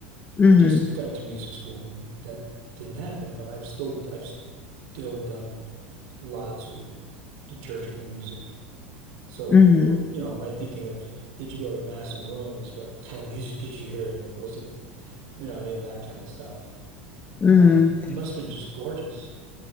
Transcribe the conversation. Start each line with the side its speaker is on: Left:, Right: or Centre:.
Left: Mm-hmm.
Right: I just got into music school and that didn't happen, but I've still I've still done lots of liturgical music. So,
Left: Mm-hmm.
Right: wh- you know, my thinking of did you go to mass in Rome is what kind of <laughs> music did you hear? Like, was it, you know, any of that kind of stuff?
Left: Mm-hmm.
Right: Um, it must have been just gorgeous.